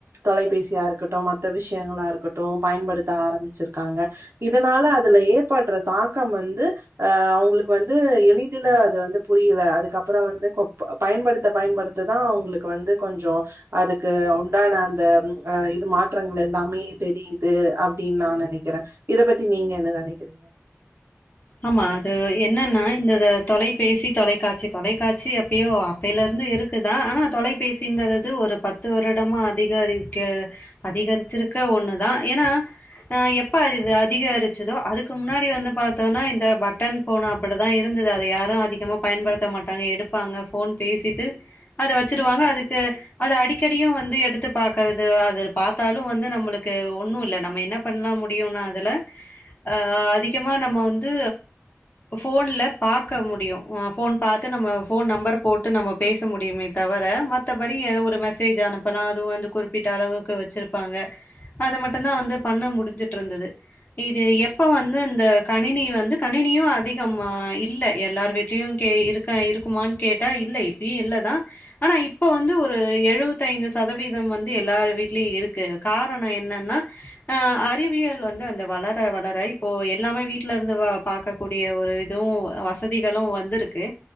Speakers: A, on the right; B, on the left.
A: தொலைபேசியா இருக்கட்டும் மத்த விஷயங்களா இருக்கட்டு பயன்படுத்த ஆரம்பிச்சிருக்காங்க இதனால அதுல ஏற்படுற தாக்கம் வந்து அ அவங்களுக்கு வந்து ந்து எளிதில அது வந்து புரியல அதுக்கப்பறோ வந்து கொ பயன்படுத்த பயன்படுத்ததா அவங்களுக்கு வந்து கொஞ்சோ அதுக்கு உண்டான அந்த அ இது மாற்றங்கள் எல்லாமே தெரியுது அப்டின் நா நினைக்கிற இத பத்தி நீங்க என்ன நனைக்கிறீங்க
B: ஆமா அது என்னன்னா இந்த தொலைபேசி தொலைக்காட்சி தொலைக்காட்சி எப்பயோ அப்பையில இருந்து இருக்குதா ஆனா தொலைபேசிங்கறது ஒரு பத்து வருடமா அதிகரிக்க அதிகரிச்சிருக்க ஒண்ணுதா ஏனா அ எப்ப அது அதிகரிச்சதோ அதுக்கு முன்னாடி வந்து பா தோனா இந்த பட்டன் போன் அப்படிதா இருந்தது அத யாரும் அதிகமா பயன்படுத்த மாட்டாங்க எடுப்பாங்க போன் பேசிட்டு அத வச்சிடுவாங்க அதுக்கு அது அடிக்கடியு வந்து எடுத்து பாக்கறது அது பாத்தாலு வந்து நம்மளுக்கு ஒண்ணு இல்ல நம்ம என்ன பண்ண முடியுனா அதுல அ அதிகமா நம்ம வந்து போன்ல பாக்க முடியு போன் பாத்து நம்ம போன் நம்பர் போட்டு நம்ம பேச முடியுமே தவிர மத்தபடி ஒரு மெசேஜ் அனு ப்பனா அதுவு வந்து குறிப்பிட்ட அளவுக்கு வச்சிருப்பாங்க அத மட்டுந்தா வந்து பண்ண முடிஞ்சுட்டு இருந்தது இது எப்ப வந்து இந்த கணினி வந்து கணினியு அதிகம் இல்ல எல்லார் வீட்லயு கே இருக்கா இருக்குமான்னு கேட்டா இல்ல இப்பயு இல்லதா ஆனா இப்போ வந்து ஒரு எழுபத்தை ஐந்து சதவீதம் வந்து எல்லார் வீட்லயு இருக்கு காரணோ என்னனா அ அறிவியல் வந்து அந்த வளர வளர இப்போ எல்லாமே வீட் ல இருந்து பாக்க கூடிய ஒரு இதுவு வசதிகளு வந்துருக்கு